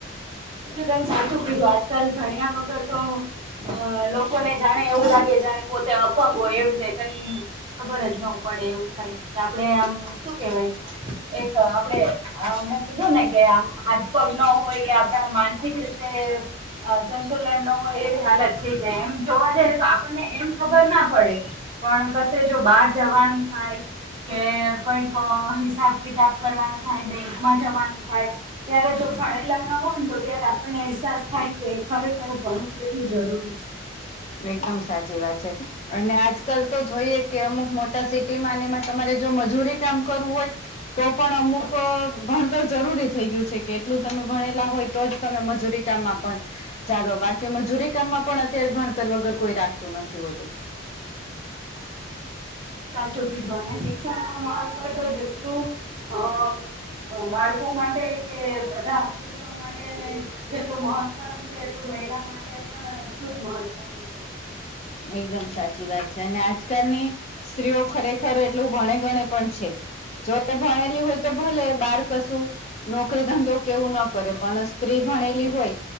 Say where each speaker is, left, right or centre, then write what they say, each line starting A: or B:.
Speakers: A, on the right (about 25°); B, on the left (about 35°).
A: <unintelligible> સાચું કીધું આજકાલ ભણ્યા વગર તો અ લોકોને જાણે એવું લાગે જાણે પોતે અપંગ હોય એવું તે કઈ ખબર જ નો પડે એવું થાય કે આપડે આમ શું કેવાય એક આપડે મેં કીધું ને કે આમ હાથ પગ ન હોય કે આમ તો માનસિક રીતે અ સંતુલન ન હોય એવી હાલત થઈ જાય એમ જોવા જઈ તો આપણને એમ ખબર ના પડે પણ કશે જો બહાર જવાનું થાય. કે કઈક હિસાબ કિતાબ કરવાનું થાય બેંકમાં જવાનું થાય. ત્યારે જો ભણેલા ના હોય તો ત્યારે આપણને અહેસાસ થાય કે ખરેખર ભણવું કેટલું જરૂરી છે.
B: એકદમ સાચી વાત છે. અને આજકાલ તો જોઈએ કે અમુક મોટા સિટી માં એમાં તમારે જો મજૂરી કામ કરવું હોય તો પણ અમુક અહ ભણતર જરૂરી થઈ ગયું છે કે એટલું તમે ભણેલા હોય તો જ તમે મજૂરી તા માં પણ ચાલો બાકી મજૂરી કામમાં અત્યારે ભણતર વગર કોઈ રાખતું નથી હોતું.
A: સાચું કીધું અને શિક્ષણ નું મહત્વ તો જેટલું અહ અહ બાળકો માટે કે બધા પુરુષો માટે જેટલું મહત્વનું છે એટલું મહિલા માટે પણ એટલું જ મહત્વનું છે.
B: એકદમ સાચી વાત છે, અને આજકાલની સ્ત્રીઓ ખરેખર એટલું ભણે-ગણે પણ છે. જો એ ભણેલી હોય તો ભલે બહાર કશું નોકરી ધંધો કેવું ન કરે, પણ સ્ત્રી ભણેલી હોય